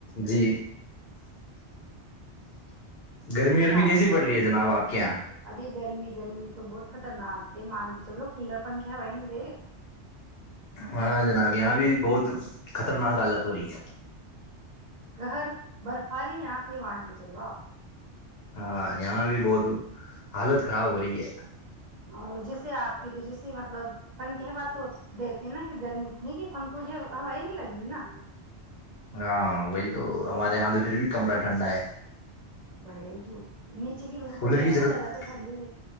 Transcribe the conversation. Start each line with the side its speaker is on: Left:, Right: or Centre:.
Left: جی گرمی
Right: پھر
Left: رمی
Right: بعد
Left: کیسی
Right: میں کر
Left: پڑ
Right: لیجیے
Left: رہی ہے جناب آپ کے یہاں
Right: ارے گرمی گرمی تو بہت خطرناک یہ مان کے چلو کلر پنکھ ہےوا ہی نہیں دیرے
Left: ہاں جناب یہاں بھی بہت خطرناک حالت ہو رہی ہے
Right: گر برفاری یہاںتے وانان کے چلو آپ
Left: ہاں یہاں بھی بہت حالت خراب ہو رہی ہے
Right: اور جیسے آپ کی تو جیسے مطلب پنک کی ہوا تو دیتے ہیں نا کی گرمی اتنی کہ پن کو جو ہوا ہی نہیں لگ رہی نا
Left: ہاں وہئی تو ہمارے اںد پھر بھی کمرہ ٹھنڈا ہے
Right: بڑے جو نی کچ کی روم
Left: کولر
Right: تو کیا
Left: کی
Right: ہے
Left: ضرورت
Right: ن زیاد تر ٹنڈی